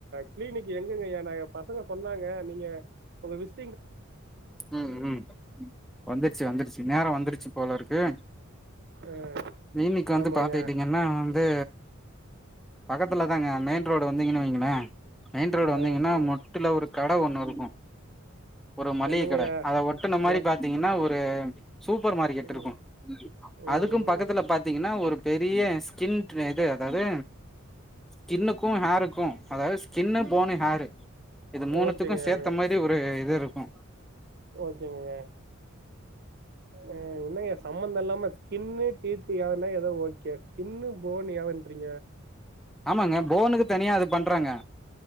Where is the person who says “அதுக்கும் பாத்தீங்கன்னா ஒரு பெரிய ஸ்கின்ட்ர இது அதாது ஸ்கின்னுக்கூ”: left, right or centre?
Centre